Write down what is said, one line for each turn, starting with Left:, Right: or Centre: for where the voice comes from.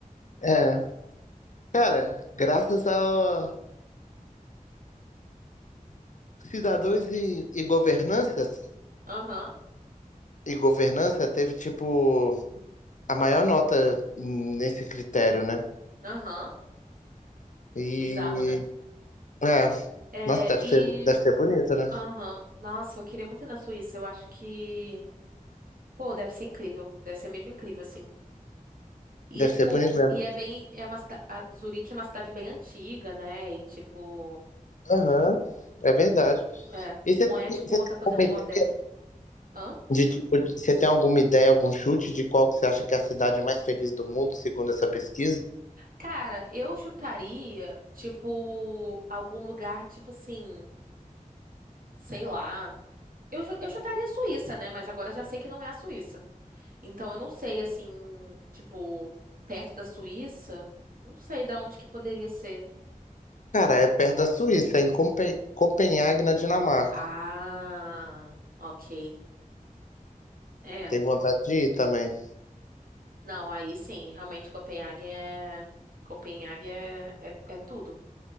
Left: É. Cara, graças a cidadãos e, e governanças,
Right: Aham,
Left: e governança teve, tipo, a maior nota nesse critério, né?
Right: aham.
Left: E
Right: Bizarro, né?
Left: É.
Right: É,
Left: Nossa, deve
Right: e.
Left: ser, deve ser bonito, né?
Right: Aham. Nossa, eu queria muito ir na Suíça. Eu acho que. Pô, deve ser incrível. Deve ser mesmo incrível, assim. E
Left: Deve
Right: é tipo,
Left: ser bonito mesmo.
Right: e é bem, é uma, cida- a Zurique é uma cidade bem antiga, né? E tipo,
Left: Aham, é verdade.
Right: é,
Left: E
Right: não
Left: você tem,
Right: é tipo
Left: você tem
Right: essa coisa
Left: alguma
Right: meio
Left: ideia
Right: moderna. Hã?
Left: de tipo, de- você tem alguma ideia, algum chute de qual que você acha que é a cidade mais feliz do mundo, segundo essa pesquisa?
Right: Cara, eu chutaria, tipo, algum lugar, tipo assim, sei lá. Eu, ju- eu chutaria a Suíça, né? Mas agora eu já sei que não é a Suíça. Então eu não sei, assim, tipo, perto da Suíça, não sei da onde que poderia ser.
Left: Cara, é perto da Suíça, em Compe- Copenhague, na Dinamarca.
Right: Ah, ok. É.
Left: Tem vontade de ir também.
Right: Não, aí sim, realmente Copenhague é. Copenhague é, é, é tudo.